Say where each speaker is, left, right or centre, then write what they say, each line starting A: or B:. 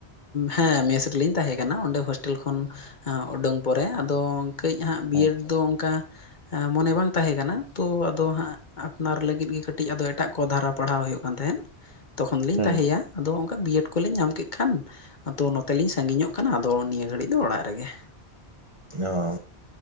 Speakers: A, on the left; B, on the right.
A: ᱦᱮᱸ ᱢᱮᱥ ᱨᱮᱞᱤᱧ ᱛᱟᱦᱮᱸ ᱠᱟᱱᱟ ᱚᱸᱰᱮ ᱦᱳᱥᱴᱮᱞ ᱠᱷᱚᱱ ᱩᱰᱟᱹᱝ ᱯᱚᱨᱮ ᱟᱫᱚ ᱠᱟᱹᱡ ᱦᱟᱸᱜ ᱵᱤᱭᱮᱰ
B: ᱟᱪᱪᱷᱟ
A: ᱫᱚ ᱚᱱᱠᱟ᱾ ᱢᱚᱱᱮ ᱵᱟᱝ ᱛᱟᱦᱮᱸ ᱠᱟᱱᱟ ᱛᱚ ᱟᱫᱚ ᱦᱟᱸᱜ ᱟᱯᱱᱟᱨ ᱞᱟᱹᱜᱤᱫ ᱜᱮ ᱠᱟᱹᱴᱤᱡ ᱟᱫᱚ ᱮᱴᱟᱜ ᱠᱚ ᱫᱷᱟᱨᱟ ᱯᱟᱲᱦᱟᱣ ᱦᱩᱭᱩᱜ ᱠᱟᱱ ᱛᱟᱦᱮᱸᱫ᱾ ᱛᱚᱠᱷᱚᱱ ᱞᱤᱧ
B: ᱦᱩᱸ
A: ᱛᱟᱦᱮᱭᱟ᱾ ᱟᱫᱚ ᱚᱱᱠᱟ ᱵᱤᱭᱮᱰ ᱠᱚᱞᱤᱮᱧ ᱧᱟᱢ ᱠᱮᱫ ᱠᱷᱟᱱ ᱟᱫᱚ ᱱᱚᱛᱮᱞᱤᱧ ᱥᱟᱺᱜᱤᱧᱚᱜ ᱠᱟᱱᱟ ᱟᱫᱚ ᱱᱤᱭᱟᱹ ᱜᱷᱟᱹᱲᱤᱡᱼᱼ ᱤᱧ ᱫᱚ ᱚᱲᱟᱜ ᱨᱮᱜᱮ᱾
B: ᱚ